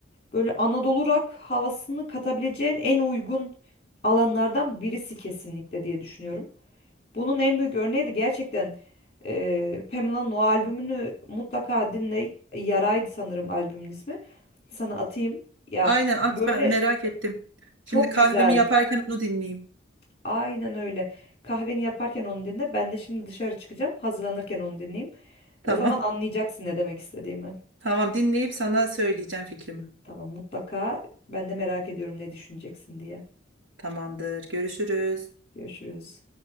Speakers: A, on the left; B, on the right.
A: böyle Anadolu rock havasını katabileceğin en uygun alanlardan birisi kesinlikle diye düşünüyorum. Bunun en büyük örneği de gerçekten e, Pamela'nın o albümünü mutlaka dinle. Yaraydı sanırım albümün ismi. Sana atayım. Ya
B: Aynen at
A: böyle
B: ben merak ettim.
A: çok
B: Şimdi kahvemi
A: güzel.
B: yaparken onu dinleyeyim.
A: Aynen öyle. Kahveni yaparken onu dinle. Ben de şimdi dışarı çıkacağım. Hazırlanırken onu dinleyeyim.
B: Tamam.
A: O zaman anlayacaksın ne demek istediğimi.
B: Tamam dinleyip sana söyleyeceğim fikrimi.
A: Tamam mutlaka. Ben de merak ediyorum ne düşüneceksin diye.
B: Tamamdır. Görüşürüz.
A: Görüşürüz.